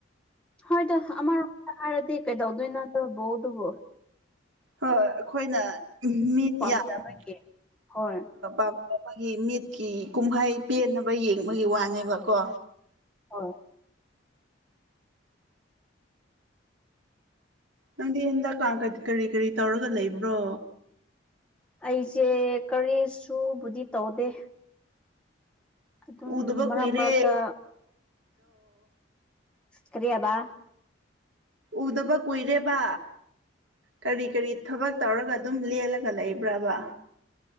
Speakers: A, in the centre; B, on the right (about 75°).
A: ꯍꯣꯏꯗ ꯑꯃꯔꯣꯝꯗ ꯍꯥꯏꯔꯗꯤ ꯀꯩꯗꯧꯗꯣꯏ ꯅꯣ ꯑꯗꯨ ꯕꯣꯜꯗꯨꯕꯨ
B: ꯍꯣꯏ ꯑꯩꯈꯣꯏꯅ ꯃꯤꯠ
A: ꯄꯥꯝꯖꯕꯒꯤ
B: ꯌꯥꯝ <unintelligible>
A: ꯍꯣꯏ
B: ꯑꯩꯈꯣꯏꯒꯤ ꯃꯤꯠꯀꯤ ꯀꯨꯝꯍꯩ ꯄꯦꯟꯅꯕ ꯌꯦꯡꯕꯒꯤ ꯋꯥꯅꯦꯕꯀꯣ
A: ꯍꯣꯏ
B: ꯅꯪꯗꯤ ꯍꯟꯗꯛꯥ ꯀꯔꯤ ꯀꯔꯤ ꯇꯧꯔꯒ ꯂꯩꯕ꯭ꯔꯣ
A: ꯑꯩꯁꯦ ꯀꯔꯤꯁꯨꯕꯨꯗꯤ ꯇꯧꯗꯦ ꯑꯗꯨꯝ
B: ꯎꯗꯕ
A: ꯃꯔꯛ
B: ꯀꯨꯏꯔꯦꯔꯣ
A: ꯃꯔꯛꯇ ꯀꯔꯤ ꯍꯥꯏꯕ
B: ꯎꯗꯕ ꯀꯨꯏꯔꯦꯕ ꯀꯔꯤ ꯀꯔꯤ ꯊꯕꯛ ꯇꯧꯔꯒ ꯑꯗꯨꯝ ꯂꯦꯜꯂꯒ ꯂꯩꯕ꯭ꯔꯕ